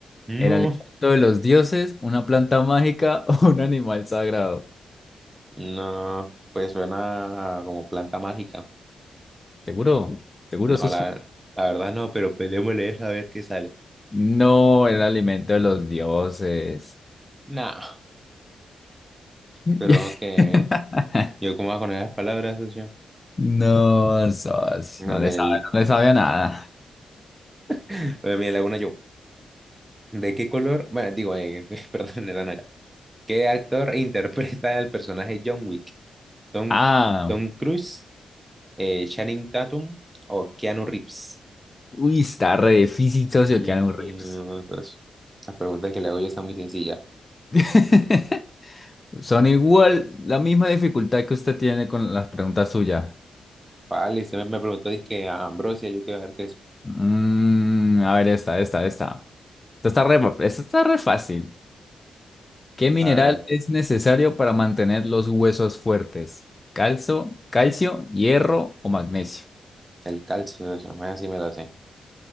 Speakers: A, on the right; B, on the left.
A: No,
B: ¿El alimento de los dioses, una planta mágica <laughs> o un animal sagrado?
A: no, pues suena como planta mágica.
B: Seguro, seguro
A: No,
B: socio.
A: la, la verdad no, pero peleémosle esa a ver qué sale.
B: No, el alimento de los dioses.
A: No,
B: <laughs>
A: pero ojo que yo como con las palabras, socio.
B: No, socio,
A: No,
B: no
A: mire,
B: le sabe,
A: el-
B: no le sabe a nada.
A: <laughs> bueno, mire, le hago una yo. ¿De qué color? Bueno, digo, eh, <laughs> perdón, esa no era. ¿Qué actor <laughs> interpreta al personaje John Wick? Tom,
B: Ah,
A: Tom Cruise, Eh, Channing Tatum o Keanu Reeves.
B: uy, está re difícil, socio,
A: Mm,
B: que un rips.
A: no, pues, la pregunta que le hago yo está muy sencilla.
B: <laughs> Son igual, la misma dificultad que usted tiene con las preguntas suyas.
A: Vale, usted me, me preguntó, dizque, a Ambrosia, yo quiero ver qué es.
B: Mm, a ver, esta, esta, esta. Esta está re, esta está re fácil. ¿Qué mineral
A: A ver,
B: es necesario para mantener los huesos fuertes? ¿Calcio, calcio, hierro o magnesio?
A: el calcio, eso, más así me lo sé.